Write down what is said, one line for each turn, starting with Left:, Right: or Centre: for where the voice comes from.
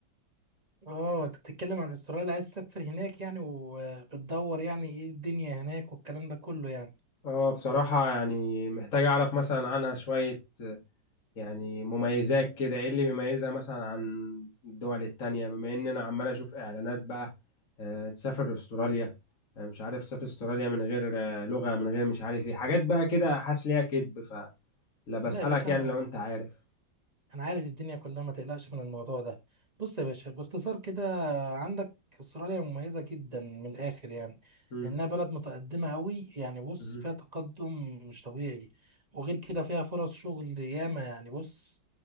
Right: اه انت بتتكلم عن اسرائيل عايز تسافر هناك يعني وبتدور يعني ايه الدنيا هناك والكلام ده كله يعني
Left: اه بصراحة يعني محتاج اعرف مثلا عنها شوية يعني مميزات كده ايه اللي بيميزها مثلا عن الدول التانية بما ان انا عمال اشوف اعلانات بقى آه، تسافر استراليا آه، مش عارف تسافر استراليا من غير آه، لغة من غير مش عارف ايه حاجات بقى كده حاسس ليها كدب فلا بسألك
Right: لا يا باشا
Left: يعني
Right: انا
Left: لو انت عارف
Right: انا عارف الدنيا كلها ما تقلقش من الموضوع ده بص يا باشا باختصار كده عندك استراليا مميزة جدا من الاخر يعني
Left: مم.
Right: لانها بلد متقدمة قوي يعني بص
Left: مم.
Right: فيها تقدم مش طبيعي وغير كده فيها فرص شغل ياما يعني بص